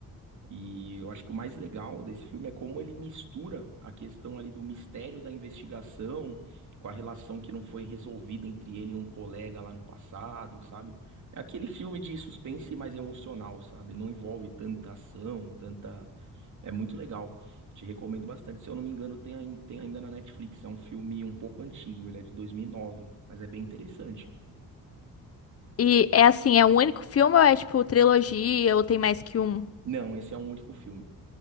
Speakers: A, on the right; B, on the left.
A: E eu acho que o mais legal desse filme é como ele mistura a questão ali do mistério da investigação com a relação que não foi resolvida entre ele e um colega lá no passado, sabe? É aquele filme de suspense mais emocional, sabe? Não envolve tanta ação, tanta. É muito legal. Te recomendo bastante. Se eu não me engano, tem, ain- tem ainda na Netflix. É um filme um pouco antigo, ele é de 2009, mas é bem interessante.
B: E é assim, é um único filme ou é tipo trilogia ou tem mais que um
A: Não, esse é um único filme.